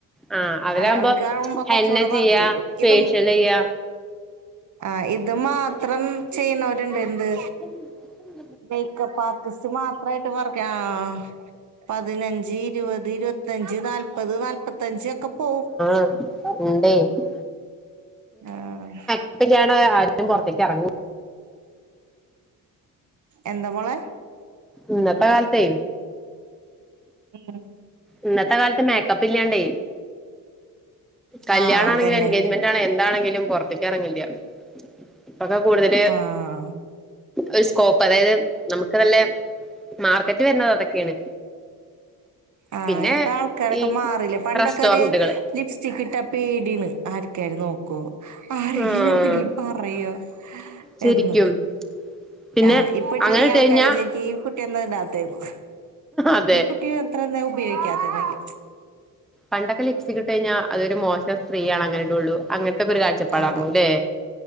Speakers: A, in the centre; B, on the right.
A: ആഹ് അവരാകുമ്പോ
B: അല്ല അവര് ക്കാവുമ്പോ
A: ഹെന്ന
B: കൊറ്ച്ചൂടെ
A: ചെയ്യാ
B: വർക്കിട്ടും
A: ഫേഷ്യൽ
B: ഇതും
A: ചെയ്യാ
B: ആഹ് ഇത് മാത്രം ചെയ്യുന്നോര്ണ്ട് എന്ത്
A: ഉ
B: മേക്കപ്പ് ആർട്ടിസ്റ്റ് മാത്രായിട്ട് വർ കെ ആഹ് പതിനഞ്ച് ഇര്പത് ഇര് പ ത്തഞ്ച് നാല്പത് നാല്പത്തഞ്ച് ഒക്കെ പോവും
A: ഉം ണ്ടെ
B: ആഹ്
A: പ്പ്ല്ല്യാടെ ആരേലും പൊറ്ത്തേക്ക് എറ ങ്ങൂ
B: എന്ത മോളെ
A: ഇന്നത്തെ കാലത്തേ
B: ഉം
A: ഇന്നത്തെ കാലത്ത് മേക്കപ്പ് ഇല്ലാണ്ടേ കല്യാണാണെങ്കിലും
B: ആ അതന്നെ
A: എൻഗേജ്മെന്റ് ആണെ എന്താണെങ്കിലും പൊറ്ത്ത്ക്ക് എറങ്ങില്ല്യാ പ്പൊക്കെ കൂടുതല്
B: ആ
A: ഒരു സ്കോപ്പ് അതായത് നമുക്ക് നല്ലെ മാർക്കറ്റ് വരന്നത് അതൊക്കെയാണ്
B: ആഹ്
A: പിന്നെ
B: ഇപ്പൊ ആൾക്കാരൊക്കെ
A: ഈ
B: മാറിലെ പണ്ടൊക്കെ
A: റെസ്റ്റോറന്റുകള്
B: ഒരു ലിപ്‌സി ക്ക് ഇട്ട പേടീണ് ആർക്കാര് നോക്കോ ആരെങ്കിലും
A: ആഹ്
B: എന്തെങ്കിലും പറയോ
A: ശരിക്കും
B: എന്ന്
A: പിന്നെ
B: ആഹ് ഇപ്പ ഇട്ടില്ലെങ്കിൽ
A: അങ്ങനെ ഇട്ട്
B: ആൾക്കാര്
A: കഴിഞ്ഞാ
B: ചോയിക്കും ഈ കു ട്ടി എന്നടാത്തെന്ന്
A: അതെ
B: ഈ കുട്ടി മാത്രംഎന്ത ഉപയോഗിക്കാത്തന്നൊക്കെ
A: പണ്ടൊക്കെ ലിപ്സിറ്റിക്കിട്ടഴിഞ്ഞ അതൊരു മോശംസ്ത്രീയാണ് അങ്ങനേടുള്ളു അങ്ങനെ ഒരു കാഴ്ചപ്പാടാർന്നുല്ലേ
B: ആഹ്